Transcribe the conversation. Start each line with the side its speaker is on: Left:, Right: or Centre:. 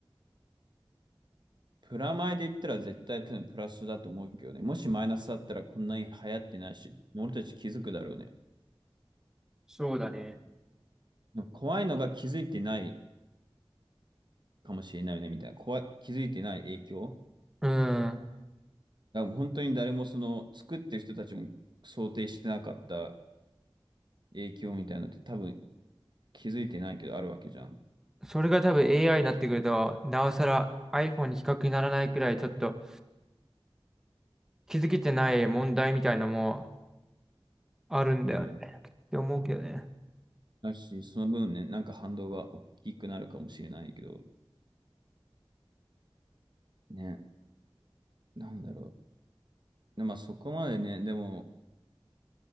Right: プラマイで言ったら絶対多分プラスだと思うけどね。もしマイナスだったらこんなに流行ってないし、俺たち気づくだろうね。
Centre: そうだね。
Right: 怖いのが気づいてないかもしれないよね、みたいな。怖い、気づいてない影響。
Centre: うん。
Right: だから本当に誰もその作ってる人たちも想定してなかった影響みたいなのって多分気づいてないけどあるわけじゃん。
Centre: それが多分 AI になってくると、なおさら iPhone に比較にならないくらいちょっと気づけてない問題みたいなのもあるんだよね。
Right: うん。
Centre: って思うけどね。
Right: だし、その分ね、なんか反動が大きくなるかもしれないけど、ね、なんだろう。でまあそこまでね、でも、